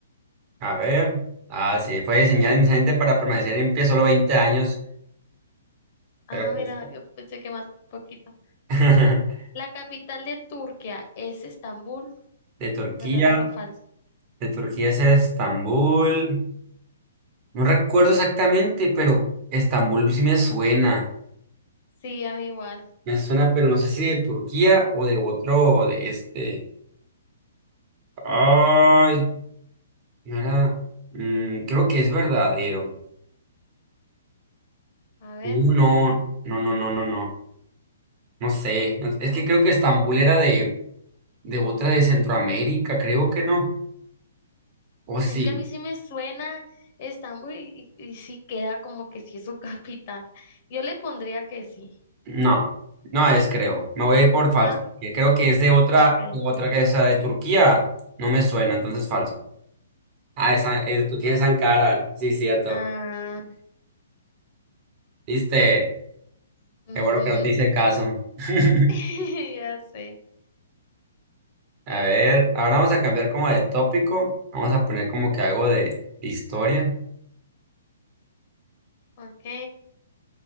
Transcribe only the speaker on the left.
Ah,
mira, yo pensé que más poquito.
La capital de Turquía es Estambul,
¿verdadero o falso?
Sí, a mí igual.
A ver,
es que a mí sí me suena Estambul y, y- y sí queda como que sí es su <laughs> capital. Yo le pondría que sí.
No,
ok.
Ah,
ujú.
<laughs> Ya sé.
Ok,